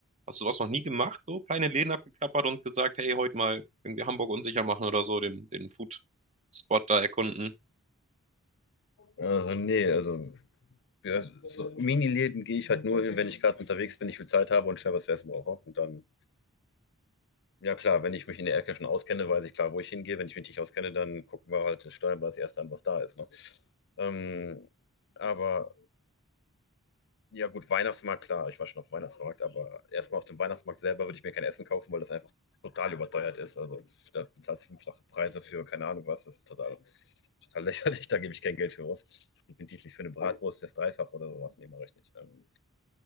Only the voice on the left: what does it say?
Also nee, also ja, so Mini-Läden gehe ich halt nur hin, wenn ich gerade unterwegs bin, ich viel Zeit habe und schnell was zu essen brauche. Und dann, ja klar, wenn ich mich in der Ecke schon auskenne, weiß ich klar, wo ich hingehe. Wenn ich mich nicht auskenne, dann gucken wir halt, steuern wir als erstes an, was da ist. Ne? Ähm, aber Ja, gut, Weihnachtsmarkt, klar. Ich war schon auf dem Weihnachtsmarkt, aber erstmal auf dem Weihnachtsmarkt selber würde ich mir kein Essen kaufen, weil das einfach total überteuert ist. Also pf, da bezahlst du fünffache Preise für keine Ahnung was. Das ist total, total <laughs> lächerlich. Da gebe ich kein Geld für aus. Definitiv nicht für eine Bratwurst, das Dreifach oder sowas. Nee, mache ich nicht. Ähm,